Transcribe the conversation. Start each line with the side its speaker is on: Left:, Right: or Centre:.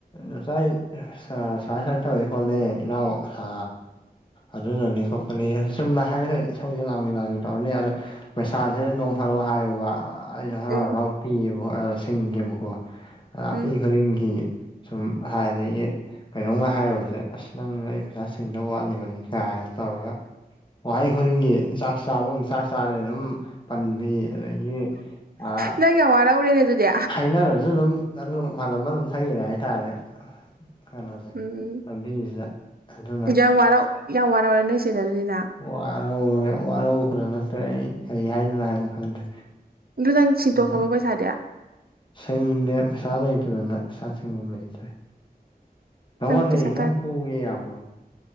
Left: ꯅꯆꯥꯏ ꯁ ꯁꯥꯢ ꯁꯥꯢ ꯇꯧꯋꯦ ꯈꯣꯠꯂꯦ ꯏꯅꯥꯎ ꯑ ꯑꯗꯨꯅꯅꯤ ꯈꯣꯠꯄꯅꯤ ꯆꯨꯝꯅ ꯍꯥꯏꯔꯒ ꯏꯁꯧꯖꯦ ꯂꯥꯡꯂꯤ ꯂꯥꯡꯂꯤ ꯇꯧꯔꯅꯤ ꯑꯗ ꯄꯩꯁꯥꯖꯦ ꯅꯣꯡ ꯐꯥꯗꯣꯛ ꯍꯥꯏꯌꯣꯕ ꯑꯩꯖꯨ ꯍꯔꯥꯎ
Right: ꯎꯝ
Left: ꯍꯔꯥꯎ ꯄꯤꯌꯦꯕ ꯑ ꯁꯤꯡꯒꯦꯕꯀꯣ ꯑ ꯑꯄꯤ
Right: ꯎꯝ
Left: ꯈꯨꯗꯤꯡꯒꯤ ꯁꯨꯝ ꯍꯥꯟꯅꯗꯒꯤ ꯀꯩꯅꯣꯝꯒ ꯍꯥꯏꯔꯨꯕꯁꯦ ꯑꯁ ꯅꯪ ꯑꯩ ꯄꯩꯁꯥ ꯁꯤꯡꯗꯧ ꯋꯥꯠꯂꯤꯕꯅꯤ ꯀꯥꯏꯅ ꯇꯧꯔꯒ ꯋꯥꯍꯩ ꯈꯨꯗꯤꯡꯒꯤ ꯆꯥꯛ ꯆꯥꯕꯝ ꯆꯥꯛ ꯆꯥꯔꯦ ꯑꯗꯨꯝ ꯄꯟꯕꯤ ꯑꯗꯒꯤ ꯑꯥ
Right: ꯅꯪ ꯌꯥꯝ ꯋꯥꯔꯧꯔꯦꯅꯦ ꯑꯗꯨꯗꯤ
Left: ꯍꯥꯏꯅꯔꯁꯨ ꯑꯗꯨꯝ ꯑꯗꯨꯒ ꯃꯜꯂꯝꯃ ꯑꯗꯨꯝ ꯊꯩꯒ꯭ꯔꯦ ꯍꯥꯏꯇꯥꯔꯦ ꯀꯩꯅꯣꯁꯦ
Right: ꯎꯝ
Left: ꯂꯝꯕꯤꯖꯤꯗ ꯑꯗꯨꯅ
Right: ꯌꯥꯝ ꯋꯥꯔꯧ ꯌꯥꯝ ꯋꯥꯔꯧꯔꯦ ꯅꯣꯏ ꯆꯦꯗ ꯑꯗꯨꯗꯤ ꯅꯪ
Left: ꯋꯥꯔꯧꯔꯦ ꯋꯥꯔꯧꯕ ꯈꯛꯇ ꯅꯠꯇ꯭ꯔꯦ ꯑꯩ ꯀꯔꯤ ꯍꯥꯏꯗꯣꯏꯅꯣ ꯍꯥꯏꯕꯝ ꯈꯪꯗ꯭ꯔꯦ
Right: ꯑꯗꯣ ꯅꯪ ꯁꯤꯟꯇꯣꯛꯈꯕꯣ
Left: ꯑꯗꯨꯅ
Right: ꯄꯩꯁꯥꯗꯤ
Left: ꯁꯤꯡꯗꯦ ꯄꯩꯁꯥ ꯂꯩꯇꯗꯅ ꯄꯩꯁꯥ ꯁꯤꯡꯕꯝ ꯂꯩꯇ꯭ꯔꯦ ꯅꯉꯣꯟꯗꯩ
Right: ꯅꯪ ꯄꯩꯁꯥ
Left: ꯈꯔ
Right: ꯇꯥ
Left: ꯄꯨꯒꯦ ꯌꯥꯕ꯭ꯔꯣ